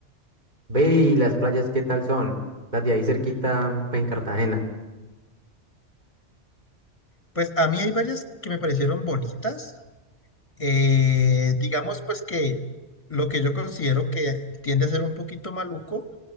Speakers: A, on the right; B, on the left.
A: Ve y las playas, ¿qué tal son? Las de ahí cerquita, pues, en Cartagena.
B: Pues a mí hay varias que me parecieron bonitas, Eh, digamos pues que lo que yo considero que tiende a ser un poquito maluco